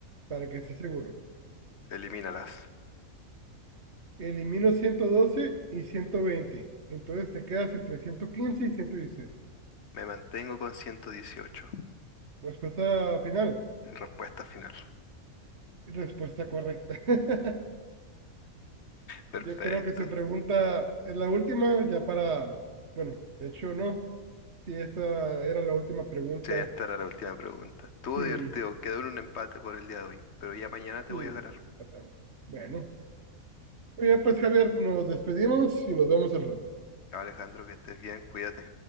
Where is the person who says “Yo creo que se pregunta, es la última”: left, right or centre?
Right